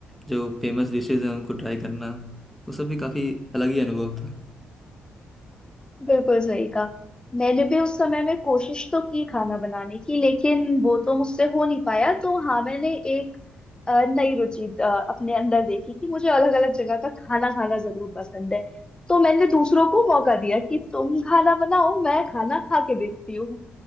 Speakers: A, in the centre; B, on the left.
A: जो फेमस डिशेज हैं उनको ट्राई करना वो सब भी काफ़ी अलग ही अनुभव था
B: बिल्कुल सही कहा मैंने भी उस समय में कोशिश तो की खाना बनाने की लेकिन वो तो मुझसे हो नहीं पाया तो हाँ मैंने एक अ, नई रुचि अ, अपने अंदर देखी कि मुझे अलग अलग जगह का खाना खाना जरूर पसंद है तो मैंने दूसरों को मौका दिया कि तुम खाना बनाओ मैं खाना खा के देखती हूँ